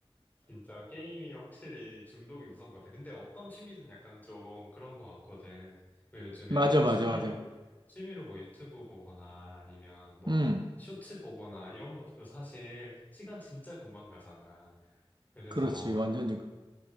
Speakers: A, on the left; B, on the right.
A: 진짜 게임이 확실히 중독이 무서운 것 같아. 근데 어떤 취미든 약간 좀 그런 것 같거든. 왜 요즘에
B: 맞아, 맞아,
A: 취미로,
B: 맞아.
A: 취미로 뭐 유튜브 보거나 아니면 뭐
B: 음,
A: 쇼츠 보거나 이런 것도 사실 시간 진짜 금방 가잖아. 그래서
B: 그렇지. 완전. 히